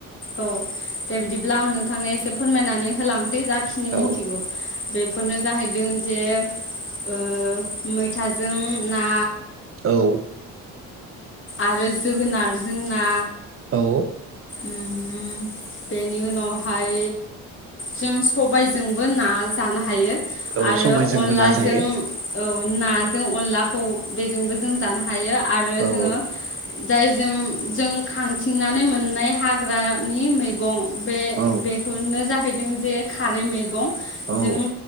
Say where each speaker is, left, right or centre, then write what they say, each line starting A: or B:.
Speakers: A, on the left; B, on the right.
A: औ दे बिदिब्ला आं नोंथांनो एसे फोरमायनानै होलां सै जाखिनो
B: औ
A: मिथिगौ बेफोरनो जाहैदों जे ओ मैथाजों ना
B: औ
A: आरो जोगोनारजों ना
B: औ
A: उम बेनि उनावहाय जों सबायजोंबो ना जानो हायो।
B: औ
A: आरो
B: सबायजोंबो
A: अनलाजों
B: ना जायो
A: औ नाजों अनलाखौ बेजोंबो जों जानो हायो। आरो
B: औ
A: जोङो जायजों जों खांथिंनानै मोननाय हाग्रानि मैगं बे
B: औ
A: बेखौनो जाहैदों। जे खारै मैगं
B: औ
A: जों